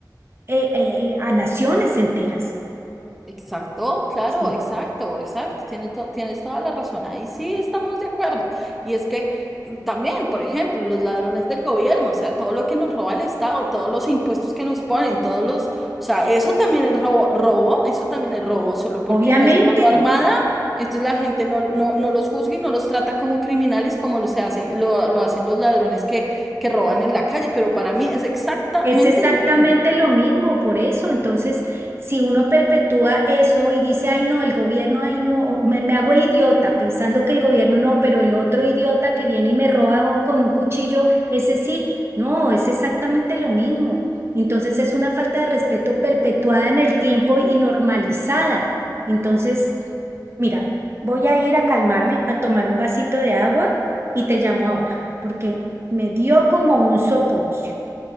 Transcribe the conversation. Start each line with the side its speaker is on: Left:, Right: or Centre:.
Right: eh, eh, a naciones enteras.
Centre: Exacto, claro,
Right: Sí.
Centre: exacto, exacto. Tiene to- tienes toda la razón. Ahí sí estamos de acuerdo. Y es que eh, también, por ejemplo, los ladrones del gobierno, o sea, todo lo que nos roba el Estado, todos los impuestos que nos ponen, todos los, o sea, eso también es robo, robo, eso también es robo, solo porque
Right: Obviamente.
Centre: no es a mano armada, entonces la gente no, no, no los juzga y no los trata como criminales como lo se hacen, lo, lo hacen los ladrones que, que roban en la calle, pero para mí es exactamente
Right: Es exactamente
Centre: lo mismo.
Right: lo mismo, por eso. Entonces, si uno perpetúa eso y dice, ay no, el gobierno, ay no, o me, me hago el idiota pensando que el gobierno no, pero el otro idiota que viene y me roba o con un cuchillo, ese sí, no, es exactamente lo mismo. Entonces, es una falta de respeto perpetuada en el tiempo y normalizada. Entonces, mira, voy a ir a calmarme, a tomar un vasito de agua y te llamo ahora, porque me dio como un soponcio.